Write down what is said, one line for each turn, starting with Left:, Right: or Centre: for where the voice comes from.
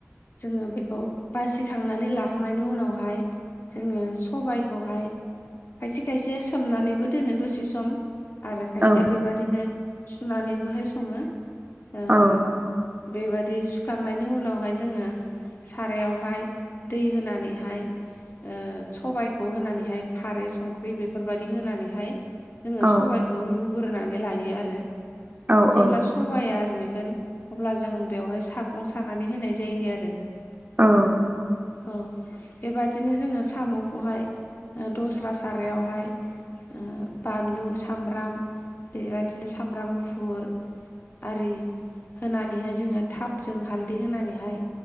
Left: जोङो बेखौ बासि खांनानै लाखांनायनि उनावहाय जोङो सबाइखौहाय खायसे खायसेया सोमनानैबो दोनो दसे सम आरो खायसेया
Right: औ
Left: बेबादिनो सुनानैबोहाय सङो ओ
Right: औ
Left: बेबायदि सुखांनायनि उनावहाय जोङो सारायावहाय दै होनानैहाय ओ सबाइखौ होनानैहाय खारै संख्रि बेफोरबायदि होनानैहाय जोङो
Right: औ
Left: सबाइखौ रुग्रोनानै लायो आरो
Right: औ औ
Left: जेब्ला सबाइया रुइगोन अब्ला जों बेवहाय सागं सानानै होनाय जायो आरो
Right: औ
Left: औ बेबादिनो जोङो साम'खौहाय दस्रा सारायावहाय ओ बानलु सामब्राम बेबायदिनो सामब्राम गुफुर आरि होनानैहाय जोङो थावजों हालदै होनानैहाय